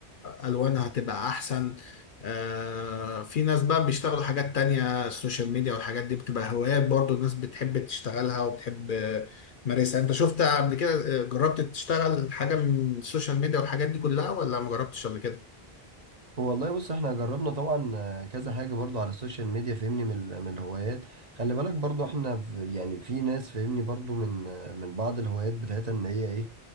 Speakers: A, on the left; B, on the right.
A: ألوانها تبقى أحسن آه، في ناس بقى بيشتغلوا حاجات تانية السوشيال ميديا والحاجات دي بتبقى هوايات برضو الناس بتحب تشتغلها وبتحب آه، تمارسها انت شفت قبل كده آه، جربت تشتغل حاجة من السوشيال ميديا والحاجات دي كلها ولا ما جربتش قبل كده؟
B: والله بص احنا جربنا طبعا آه، كذا حاجة برضو على السوشيال ميديا فهمني من ال- من الهوايات خلي بالك برضو احنا في يعني في ناس فهمني برضو من آه، من بعض الهوايات بتاعتها ان هي ايه